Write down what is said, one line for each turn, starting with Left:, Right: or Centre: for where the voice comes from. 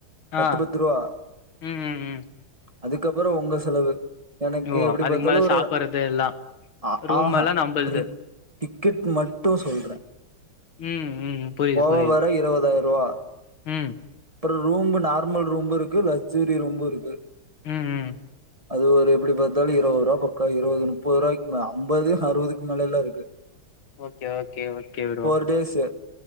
Right: பத்து
Left: அ
Right: பத்து ரூவா
Left: ம் ம் ம்
Right: அதுக்கப்புறோ உங்க செலவு எனக்கு
Left: ஓ
Right: எப்டி
Left: அதுக்கு
Right: பாத்தாலு
Left: மேல
Right: ஒரு
Left: சாப்பறது எல்லா
Right: அ
Left: ரூம்
Right: ஆ ஹா
Left: எல்லா நம்பள்து
Right: ஒரு‌ டிக் கு மட்டு சொல்ற
Left: ம் ம் புரியுது
Right: போவ
Left: புரியுது
Right: வர இருவதாயிருவா
Left: ம்
Right: அப்புறம் ரூம்பு நார்மல் ரூம்பு இருக்கு லக்சூரி ரூம்பு இருக்கு
Left: ம் ம்
Right: அது ஒரு எப்டி பார்த்தாலு இருவது ரூபா பக்க இருவது முப்பது ரூபாய்கு மே அம்பது அறுபதுக்கு மேல எல்லா இருக்கு
Left: okay okay okay bro
Right: four days